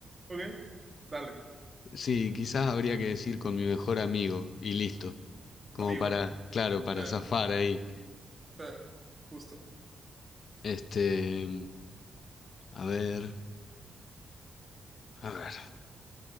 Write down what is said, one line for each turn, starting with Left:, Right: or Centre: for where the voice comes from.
Right: Ok, dale,
Left: Sí, quizás habría que decir con mi mejor amigo y listo. Como
Right: amigo.
Left: para, claro, para
Right: Te-
Left: zafar ahí.
Right: te- justo.
Left: Este, a ver, a ver,